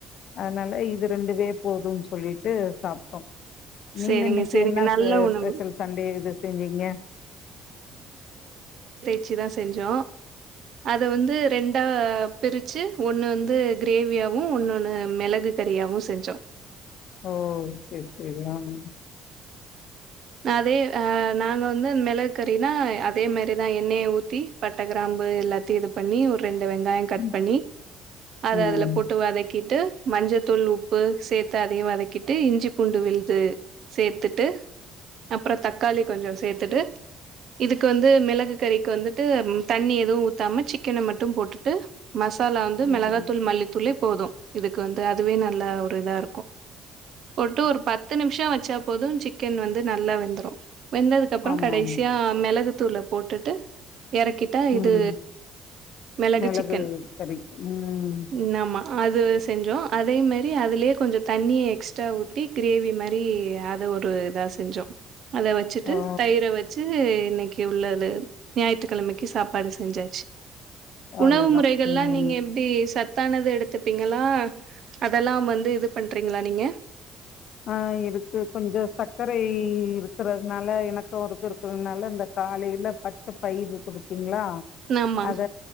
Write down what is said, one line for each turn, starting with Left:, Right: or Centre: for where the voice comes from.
Left: அதனால இது ரெண்டு போதும்ன்னு சொல்லிட்டு சாப்பிட்டோம் நீங்க
Right: சேரிங்க
Left: இன்னைக்கு
Right: சேரிங்க.
Left: என்ன
Right: நல்ல
Left: ஸ்பெஷல்
Right: உணவு.
Left: சண்டே இது செஞ்சீங்க
Right: வச்சி தான் செஞ்சோம் அத வந்து ரெண்டா பிரிச்சு ஒண்ணு வந்து கிரேவியாவும் ஒண்ணு ஒண்ணு மிளகு கறியாவும் செஞ்சோம்
Left: ஓ சரி சரி ஆஹ
Right: அதே அஹ நாங்க வந்து மிளகு கறினா அதே மாரிதான் எண்ணெய ஊத்தி பட்டை கிராம்பு எல்லாத்தையும் இது பண்ணி ஒரு ரெண் டு வெங்காயம் கட்
Left: ம்
Right: பண்ணி அதஅதுல
Left: ம்
Right: போட்டு வதக்கி கிட்டு மஞ்சள்த்தூள் உப்பு சேர்த்து அதையும் வதக்கிட்டு விட்டு இஞ்சி பூண்டு விழுது சே பத்துட்டு அப்புறம் தக்காளி கொஞ்சம் சேர்த்துட்டு இதுக்கு வந்து மிளகு கறிக்கு வந்துட்டு தண்ணி எதுவும் ஊத்தாம சிக்கன மட்டும் போட்டுட்டு மசாலா வந்து
Left: ம்
Right: மிளகா தூள் மல்லித்தூளே போது இதுக்கு வந்து அதுவே நல்ல ஒரு இதா இருக்கு போட்டு ஒரு பத்து நிமிஷம் வச்சா போதும் சிக்கன் வந்து நல்லா வெந்துரு வெந்ததுக்கு அப்புறோ
Left: ஆமா
Right: கடைசியா
Left: ஆமா
Right: மிளகு தூள போட்டுட்டு எறக்கிட்டா இது
Left: ம்
Right: மெளகு
Left: மிளகு
Right: சிக்கன்
Left: கறி ம்
Right: ம் ஆமா அது செஞ்சோ அதே மாரி அதுலயே கொஞ்ச தண்ணிய எக்ஸ்ட்ரா ஊத்தி கிரேவி மாரி அத ஒரு இதா செஞ்சோ அத வச்சிட்டு
Left: ஓ
Right: தயிர வச்சு இன்னைக்கு உள்ளது ஞாயிற்றுக்கிழமைக்கு சாப்பாடு செஞ்சாச்சு உணவு
Left: அவ்ளோதா
Right: முறைகள்ல்லா
Left: ம்
Right: நீங்க எப்டி சத் தானது எடுத்துப்பீங்களா அதெல்லாம் வந்து இது பண்றீங்களா நீங்க
Left: ஆஹ் இருக்கு கொஞ்ச சக்கரை இருக்கறதுனால எனக்கு அவருக்கு இருக்கறதுனால இந்த காலையில பச்ச பயிறு இருக்கு பாத்தீங்களா
Right: ஆமா
Left: அத